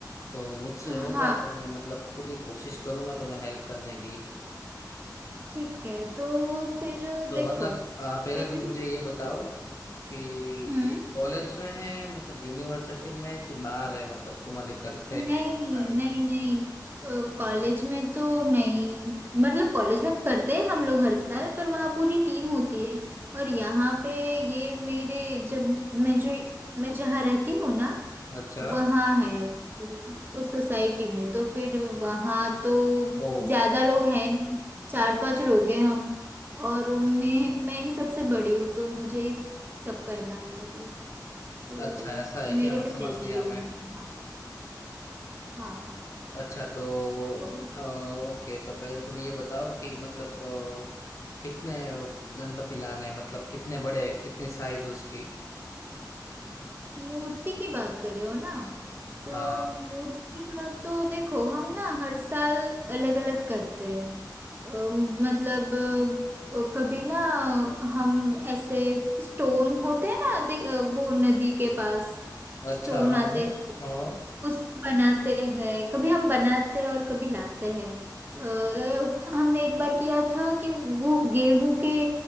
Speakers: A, on the left; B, on the right.
A: तो मुझसे
B: हाँ
A: होगा तो मैं मतलब पूरी कोशिश करूंगा तुम्हें हेल्प करने की
B: ठीक है तो फिर
A: तो
B: देखो
A: मतलब आ, पहले
B: पहले
A: तो मुझे ये बताओ कि
B: हम्म
A: ये कॉलेज में है मतलब यूनिवर्सिटी में है कि बाहर है मतलब तुम्हारे घर पे
B: नहीं
A: है कि साइड
B: नहीं
A: में
B: नहीं कॉलेज में तो नहीं मतलब कॉलेज में करते हैं हम लोग हर साल पर वहाँ पूरी टीम होती है और यहाँ पे ये मेरे जब मैं जो मैं जहाँ रहती हूँ ना
A: अच्छा
B: वहाँ है उस सोसाइटी में तो फिर वहाँ तो
A: ओह
B: ज्यादा लोग हैं नहीं चार पांच लोग हैं हम और मैं मैं ही सबसे बड़ी हूँ तो मुझे ही सब करना है मतलब तो
A: अच्छा ऐसा है
B: मेरे
A: क्या मैं
B: पे
A: समझ
B: ज्यादा
A: गया
B: लोड
A: मैं
B: होगा हाँ
A: अच्छा तो
B: तो
A: अ, ओके तो पहले तुम ये बताओ कि मतलब अ, कितने गणपति लाने हैं मतलब कितने बड़े हैं कितनी साइज उसकी
B: मूर्ति की बात कर रहे हो ना तो
A: हाँ
B: मूर्ति का तो देखो हम ना हर साल अलग अलग करते हैं अम, मतलब अ, कभी ना हम ऐसे स्टोन होते हैं ना दे- अ, वो नदी के पास
A: अच्छा
B: स्टोन
A: हाँ
B: आते
A: हाँ
B: हैं
A: हाँ
B: उससे बनाते हैं कभी हम बनाते हैं और कभी लाते हैं अ, हमने एक बार किया था कि वो गेहूं के